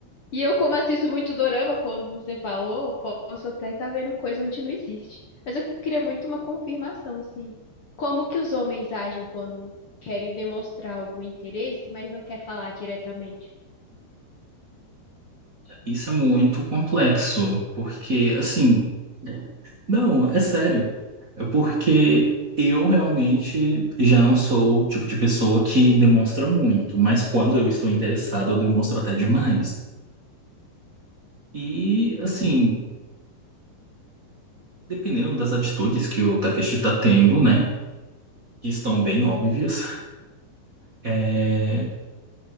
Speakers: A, on the left; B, on the right.
A: E eu, como assisto muito dorama, quando você falou, posso até estar vendo coisa onde não existe. Mas eu queria muito uma confirmação, assim. Como que os homens agem quando querem demonstrar algum interesse, mas não quer falar diretamente?
B: Isso é muito complexo, porque assim, não, é sério. É porque eu realmente já não sou o tipo de pessoa que demonstra muito, mas quando eu estou interessado, eu demonstro até demais. E, assim, dependendo das atitudes que o Takeshi está tendo, né? que estão bem óbvias, é,